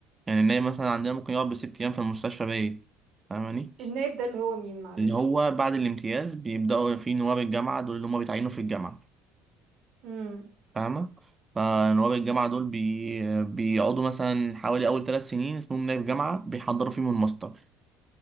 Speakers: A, on the right (about 15°); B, on the right (about 55°).
A: يعني النايب مثلا عندنا ممكن يقعد بست ايام في المستشفى بايت فاهماني
B: النائب ده اللي هو مين معلش
A: اللي هو بعد الامتياز بيبدأوا في نواب الجامعة دول اللي هم بيتعينوا في الجامعة
B: امم
A: فاهمة فنواب الجامعة دول بي... بيقعدوا مثلا حوالي أول ثلاث سنين اسمهم نائب جامعة بيحضروا فيهم الماستر